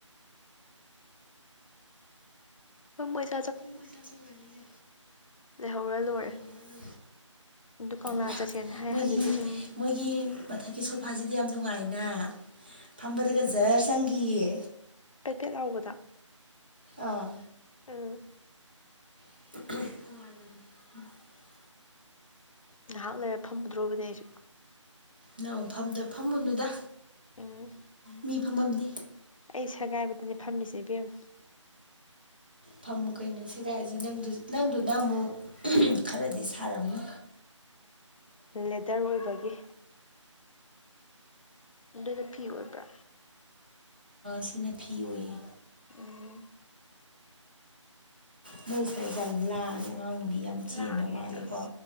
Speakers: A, on the left (about 85°); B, on the right (about 20°).
A: ꯍꯣꯏꯣꯏ
B: ꯄꯣꯏꯁꯥ ꯆꯧꯔꯅꯤꯁꯦ
A: ꯂꯩꯍꯧꯔ ꯂꯣꯏꯔꯦ
B: ꯂꯩꯍꯧꯔ ꯑꯗꯨ
A: ꯑꯗꯨ ꯀꯪꯂꯥ
B: ꯃꯥ
A: ꯆꯠꯁꯦꯅ ꯍꯥꯏ
B: ꯃꯣꯏꯒꯤ
A: ꯍꯅꯨꯕꯤꯁꯤꯡ
B: ꯃꯣꯏꯒꯤ ꯃꯊ ꯁꯣꯐꯥꯁꯤꯗꯤ ꯌꯥꯝ ꯅꯨꯡꯉꯥꯏꯅ ꯐꯝꯕꯗꯒ ꯖꯔ ꯆꯪꯈꯤꯌꯦ
A: ꯄꯦꯀꯦꯠ ꯂꯥꯎꯕꯗ
B: ꯑꯥ
A: ꯑꯥ
B: <inaudible>
A: ꯉꯍꯥꯛ ꯂꯩꯔ ꯐꯝꯃꯨꯗ꯭ꯔꯣꯕꯅꯦ ꯑꯩꯁꯨ
B: ꯅꯪꯐꯝꯝꯗ ꯐꯝꯃꯨꯅꯨꯗ
A: ꯎꯝ
B: ꯃꯤ ꯐꯝꯃꯝꯅꯤ
A: ꯑꯩ ꯁꯒꯥꯏꯕꯗꯅꯦ ꯐꯝꯃꯤꯁꯦ ꯏꯕꯦꯝ
B: ꯐꯝ ꯀꯩꯅꯣ ꯁꯦꯒꯥꯏꯁꯦ ꯅꯪꯗꯨꯅ ꯑꯃꯨꯛ ꯈꯔꯗꯤ ꯁꯥꯔꯝꯃꯤ
A: ꯂꯦꯗꯔ ꯑꯣꯏꯕꯒꯤ ꯑꯗꯨꯅ ꯐꯤ ꯑꯣꯏꯕ꯭ꯔꯥ
B: ꯁꯤꯅ ꯐꯤ ꯑꯣꯏꯌꯦ
A: ꯎꯝ
B: ꯃꯣꯏ ꯁ꯭ꯋꯥꯏꯁꯦ ꯌꯥꯝ ꯂꯥꯡꯉꯦ ꯑꯉꯥꯡ ꯅꯨꯕꯤ ꯌꯥꯝ ꯆꯦꯟꯕ
A: ꯂꯥꯡꯉꯦ
B: ꯃꯥꯜꯂꯤꯀꯣ
A: ꯑꯁ